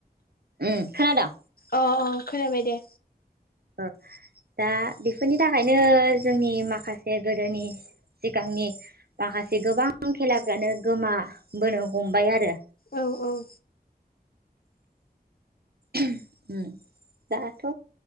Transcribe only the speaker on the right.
उम खोनादों
र दा बेफोरनि थाखायनो जोंनि माखासे गोदोनि सिगांनि माखासे गोबां खेलाफ्रानो गोमाबोनो हमबाय आरो
उम दाथ'